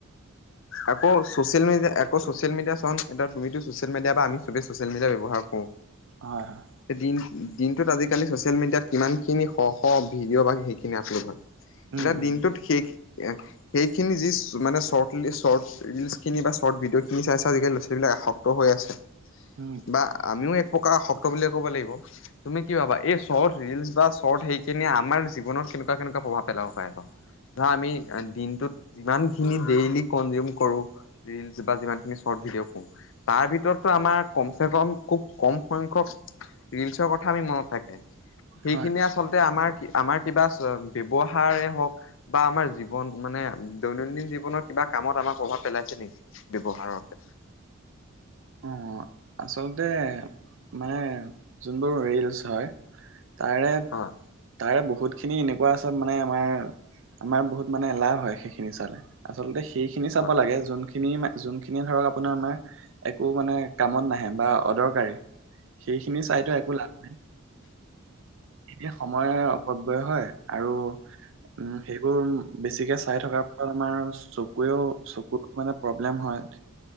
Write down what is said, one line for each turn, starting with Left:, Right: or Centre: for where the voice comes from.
Left: আকৌ ছচিয়েল মিডিয়া আকৌ ছ'চিয়েল আকৌ ছচিয়েল মিডিয়া চন এতি তুমিতো ছ'চিয়েল মিডিয়া বা আমি চবেই ছ'চিয়েল মিডিয়া ব্যৱহাৰ কৰো।
Right: হয় হয়
Left: এদিন। দিনটোত আজিকালি চচিয়েল মিডিয়াত কিমান খিনি শ শ ভিডিঅ' বা সেইখিনি আপলোড হয়। এতিয়া
Right: উম উম
Left: দিনটোত সেই সেইখিনি যি মানে চ চৰ্ট ৰিলচ খিনি বা চৰ্ট ভিডিঅ' খিনি চাই চ আজালি ল'ৰা ছোৱালী বিলাক আসক্ত হৈ আছে।
Right: উম
Left: বা আমিও এক প্ৰকাৰ আশক্ত বুলিয়ে ক'ব লাগিব তুমি কি ভাবা এই চৰ্ট ৰিলচ বা চৰ্ট সেইখিনি আমাৰ জীৱনত কেনেকুৱা কেনেকুৱা প্ৰভাৱ পেলাব পাৰে বাৰু ধৰা আমি দিনটোত যিমান খিনি ডেইলি কঞ্জিউম কৰোঁ, ৰিলছ বা যিমান খিনি চৰ্ত ভিডিঅ কৰো তাৰ ভিতৰত টো আমৰ কম সে কম খুব কম সংখ্যক ৰিলচৰ কথা আমি মনত থাকে সেইখিনিয়ি
Right: হয়
Left: আচলতে আমাৰ আমাৰ কিবা ব্যৱহাৰে হওক বা আমাৰ জীৱন মানে দৈনন্দিন জীৱনত কিবা কামত আমাক প্ৰভাৱ পেলাইছে নেকি? ব্যৱহাৰৰ ক্ষেত্ৰত।
Right: অঁ আচলতে মানে যোনবোৰ ৰিলচ হয়- তাৰে
Left: হয়
Right: তাৰে বহুত বহুত খিনি এনেকুৱা আত মানে আমাৰ আমাৰ বহুত মানে লাভ হয় সেইখিনি চালে আচলতে- সেইখিনি চাব
Left: হয় হয়
Right: লাগে যোনখিনি যোনখিনি ধৰক আপোনাৰ আমাৰ একো মানে কামত নাহে বা অদৰকাৰী সেইখিনি চাইতো একো লাভ নাই। এতিয়া সময়ৰ অপব্যয় হয় আৰু উম, সেইবোৰ বেছিকে চাই থকাৰ ফল আমাৰ চকুৰেও চকুৰ মানে প্ৰব্লেম হয়